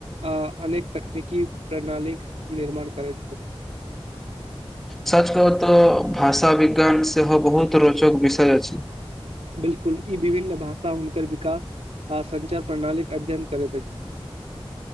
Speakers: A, on the right (about 85°); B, in the centre.
A: अ अनेक तकनीकी। <unintelligible> प्रणाली -निर्माण। करै छै। <unintelligible>
B: सच कतऽ भाषा विज्ञान सेहो बहुत रोचक विषय अ छै। <unintelligible>
A: बिलकुल ई विभिन्न भाषा हुनकर विकास आ सञ्चार प्रणालीक अध्ययन करैत अछि। <unintelligible>